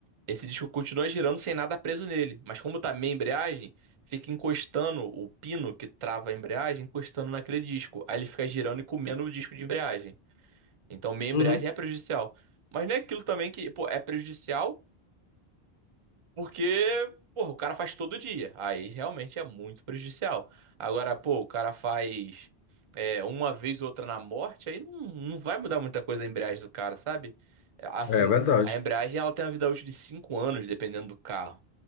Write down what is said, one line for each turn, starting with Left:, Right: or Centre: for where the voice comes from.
Right: Esse disco continua girando sem nada preso nele, mas como tá meia embreagem, fica encostando o pino que trava a embreagem, encostando naquele disco. Aí ele fica girando e comendo o disco de embreagem. Então meia
Left: Uhum.
Right: embreagem é prejudicial. Mas não é aquilo também que, pô, é prejudicial porque, porra, o cara faz todo dia. Aí realmente é muito prejudicial. Agora, pô, o cara faz é, uma vez ou outra na morte, aí não, não vai mudar muita coisa a embreagem do cara, sabe? Assim,
Left: É verdade.
Right: a embreagem ela tem uma vida útil de 5 anos, dependendo do carro.